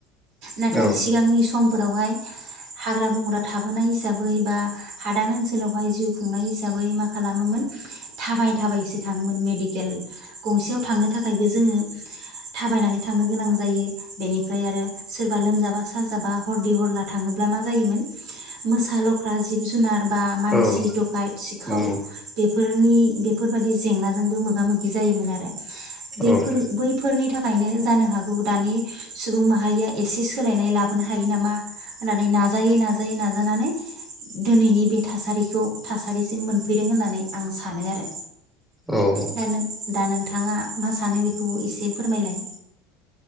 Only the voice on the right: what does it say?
नाथाय
सिगांनि सम फोरावहाय हाग्रा बंग्रा थाबोनाय हिसाबै बा हादान ओनसोलावहाय जिउ खुंनाय हिसाबै मा खालामोमोन, थाबाय थाबायसो थाङोन मेडकेल गंसेयाव थांनो थाखायबो जोङो थाबायनानै थांनो गोनां जायो, बेनिफ्राय आरो सोरबा लोमजाबा साजाबा हरदि हरला थाङोब्ला मा जायोमोन मोसा लख्रा जिब जुनार बा मानसि
दखायत सिखाव
बे बेफोरनि बेफोरबायदि जेंनाजोंबो मोगा-मोगि जायोमोन आरो बैफोर
बैफोरनि था खायनो जानो हागौ दानि सुबुं माहारिया एसे सोलायनाय लाबोनो हायो नामा होननानै नाजायै नाजायै नाजानानै दिनैनि बे थासारिखौ थासारिसिम मोनफैदों होननानै आं सानो आरो
दा नों दा नोंथाङा मा सानो बेखौ एसे फोरमायलाय